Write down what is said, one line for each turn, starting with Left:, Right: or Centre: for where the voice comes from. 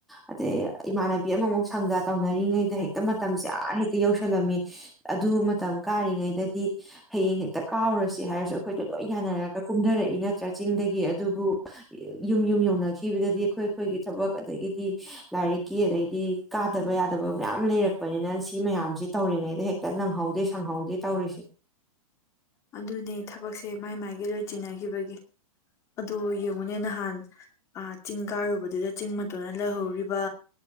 Centre: ꯑꯗꯩ ꯏꯃꯥꯟꯅꯕꯤ ꯑꯃꯃꯨꯛ ꯁꯪꯗ ꯇꯧꯅꯔꯤꯉꯩꯗ ꯍꯦꯛ ꯃꯇꯝꯁꯦꯥ ꯍꯦꯛꯇ ꯌꯧ ꯆꯜꯂꯝꯃꯤ ꯑꯗꯨ ꯃꯇꯝ ꯀꯥꯔꯤꯉꯩꯗꯗꯤ ꯍꯌꯦꯡ ꯍꯦꯛꯇ ꯀꯥꯎꯔꯁꯤ ꯍꯥꯏꯔꯁꯨ ꯑꯩꯈꯣꯏꯗ ꯂꯣꯏ ꯌꯥꯅꯔꯒ ꯀꯨꯝꯊꯔꯛꯏ ꯅꯠꯇ꯭ꯔꯥ ꯆꯤꯡꯗꯒꯤ ꯑꯗꯨꯕꯨ ꯌꯨꯝ ꯌꯨꯝ ꯌꯧꯅꯈꯤꯕꯗꯗꯤ ꯑꯩꯈꯣꯏ ꯑꯩꯈꯣꯏꯒꯤ ꯊꯕꯛ ꯑꯗꯒꯤꯗꯤ ꯂꯥꯏꯔꯤꯛꯀꯤ ꯑꯗꯩꯗꯤ ꯀꯥꯗꯕ ꯌꯥꯗꯕ ꯃꯌꯥꯝ ꯂꯩꯔꯛꯄꯅꯤꯅ ꯁꯤ ꯃꯌꯥꯝꯁꯤ ꯇꯧꯔꯤꯉꯩꯗ ꯍꯦꯛꯇ ꯅꯪꯍꯧꯗꯦ ꯁꯪꯍꯧꯗꯦ ꯇꯧꯔꯤꯁꯦ
Left: ꯑꯗꯨꯅꯦ ꯊꯕꯛꯁꯦ ꯃꯥꯏ ꯃꯥꯏꯒꯤ ꯂꯣꯏ ꯆꯤꯟꯅꯈꯤꯕꯒꯤ ꯑꯗꯨ ꯌꯦꯡꯉꯨꯅꯦ ꯅꯍꯥꯟ ꯆꯤꯡ ꯀꯥꯔꯨꯕꯗꯨꯗ ꯆꯤꯡ ꯃꯇꯣꯟꯅ ꯂꯩꯍꯧꯔꯤꯕ